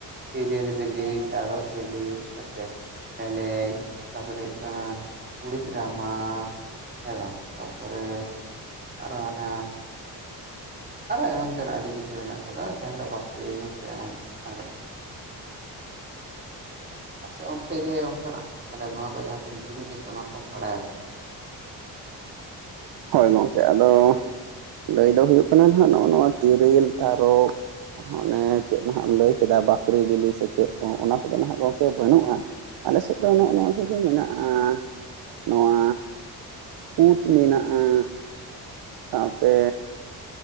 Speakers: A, on the right; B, on the right.
A: ᱛᱤᱨᱤᱞ ᱵᱤᱞᱤ ᱛᱟᱨᱚᱵ ᱵᱤᱞᱤ ᱦᱮᱸ ᱥᱮ ᱢᱮᱨᱞᱮᱡ ᱛᱟᱯᱚᱨᱮ ᱦᱩᱭᱩᱜ ᱠᱟᱱᱟ ᱠᱩᱲᱤᱫ ᱨᱟᱢᱟ ᱦᱮᱸ ᱵᱟᱝ ᱛᱟᱨᱯᱚᱨᱮ ᱟᱨᱚ ᱦᱟᱱᱟ ᱟᱨᱚ ᱮᱢᱟᱱ ᱛᱮᱱᱟᱜ ᱟᱹᱰᱤ ᱠᱤᱪᱷᱩ ᱢᱮᱱᱟᱜ ᱠᱟᱫᱟ ᱡᱟᱦᱟᱸ ᱫᱚ ᱵᱟᱠᱲᱤ ᱦᱮᱥᱮ ᱮᱢᱟᱱ ᱛᱮᱱᱟᱜ ᱟᱯᱮ ᱚᱱᱛᱮ ᱜᱮ ᱚᱱᱠᱟᱱᱟᱜ ᱛᱟᱦᱚᱞᱮ ᱱᱚᱣᱟ ᱠᱚ ᱡᱟᱦᱟᱸ ᱠᱚ ᱧᱩᱛᱩᱢᱤᱧ ᱞᱟᱹᱭ ᱠᱮᱫ ᱚᱱᱟ ᱠᱚᱢ ᱵᱟᱲᱟᱭᱟ ᱥᱮ ᱵᱟᱝ
B: ᱦᱳᱭ ᱜᱚᱝᱠᱮ ᱟᱫᱚ ᱞᱟᱹᱭ ᱫᱚ ᱦᱩᱭᱩᱜ ᱠᱟᱱᱟ ᱱᱟᱦᱟᱜ ᱱᱚᱜᱼᱚ ᱱᱚᱣᱟ ᱛᱤᱨᱤᱞ ᱛᱟᱨᱚᱵ ᱟᱨᱦᱚᱸ ᱚᱱᱮ ᱪᱮᱫ ᱦᱟᱜ ᱮᱢ ᱞᱟᱹᱭ ᱠᱮᱫᱟ ᱵᱟᱠᱨᱮ ᱵᱤᱞᱤ ᱥᱮ ᱪᱮᱫ ᱠᱚ ᱚᱱᱟ ᱠᱚᱫᱚ ᱦᱟᱜ ᱜᱚᱝᱠᱮ ᱵᱟᱹᱱᱩᱜᱼᱟ ᱟᱞᱮ ᱥᱮᱫ ᱫᱚ ᱱᱚᱜᱼᱚ ᱱᱚᱣᱟ ᱠᱚᱜᱮ ᱢᱮᱱᱟᱜᱼᱟ ᱱᱚᱣᱟ ᱠᱩᱛ ᱢᱮᱱᱟᱜ-ᱟ ᱥᱟᱶᱛᱮ